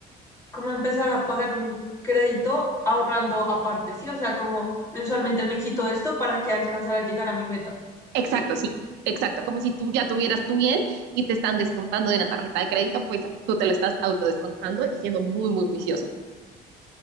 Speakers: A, on the left (about 15°); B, on the right (about 85°).
A: como empezar a pagar un crédito ahorrando aparte, ¿sí? O sea, como mensualmente me quito esto para que alcanzar a llegar a mi meta,
B: Exacto,
A: ¿sí?
B: sí, exacto. Como si tú ya tuvieras tu bien y te están descontando de una tarjeta de crédito, pues tú te lo estás autodescontando y siendo muy, muy juicioso.